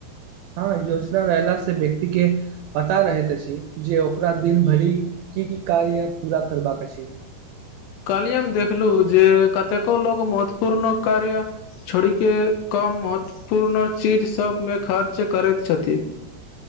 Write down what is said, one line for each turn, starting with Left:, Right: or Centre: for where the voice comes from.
Right: हँ योजना रहला से व्यक्ति केँ पता रहैत अछि जे ओकरा दिन भरि की की कार्य पूरा करबाक अछि
Left: काल्हि हम देखलहु जे कतेको लोक महत्वपूर्ण कार्य छोड़ि केँ कम महत्वपूर्ण चीज सभमे खर्च करैत छथि